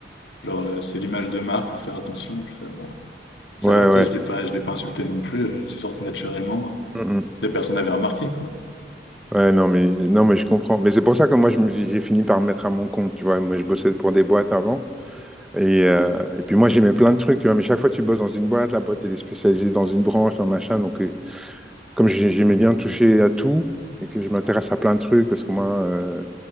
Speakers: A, on the left; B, in the centre.
A: genre euh, c'est l'image de marque, faut faire attention. Je fais, Ah bon, ça
B: Ouais,
A: va, tu
B: ouais.
A: sais, je l'ai pas, je l'ai pas insulté non plus, euh, c'est sorti naturellement.
B: Mm, mm.
A: Tu sais, personne n'avait remarqué quoi.
B: Ouais, non, mais, non, mais je comprends. Mais c'est pour ça que moi, je me- j'ai fini par me mettre à mon compte, tu vois. Moi, je bossais pour des boîtes avant. Et, euh, et puis moi, j'aimais plein de trucs, tu vois. Mais chaque fois que tu bosses dans une boîte, la boîte, elle est spécialisée dans une branche, dans machin. Donc, euh, comme j'ai- j'aimais bien toucher à tout et que je m'intéresse à plein de trucs, parce que moi, euh,